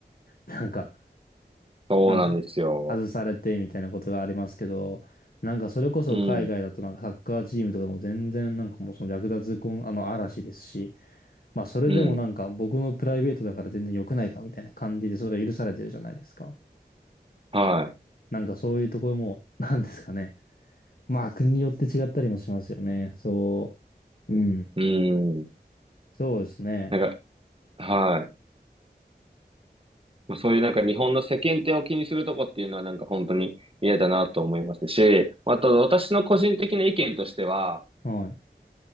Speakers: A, on the left; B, on the right.
A: ら <laughs> なんか、
B: そうなんですよ。
A: なんて、外されてみたいなことがありますけど、なんかそれこそ海外だとなんかサッカーチームとかでも全然なんかもうその略奪婚、
B: うん。
A: あの嵐ですし、まあそれでもなんか僕のプライベートだから全然良くないかみたいな感じでそれが許されてるじゃないですか。
B: うん。は
A: なんかそういうところも、<laughs> なんですかね。まあ国によって違ったりもしますよね。そう。うん。
B: い。うん。
A: そうですね。
B: なんか、はい。まあそういうなんか日本の世間体を気にするとこっていうのはなんか本当に嫌だなと思いますし、まあと私の個人的な意見としては、
A: はい。